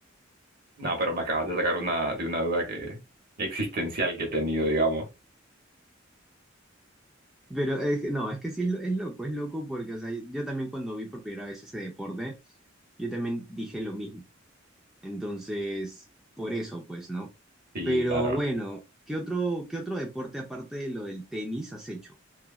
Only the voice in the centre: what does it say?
Pero es, que- no, es que sí es, lo- es loco, es loco porque, o sea, yo también cuando vi por primera vez ese deporte, yo también dije lo mismo. Entonces, por eso, pues, ¿no?
Pero
bueno, ¿qué otro, qué otro deporte aparte de lo del tenis has hecho?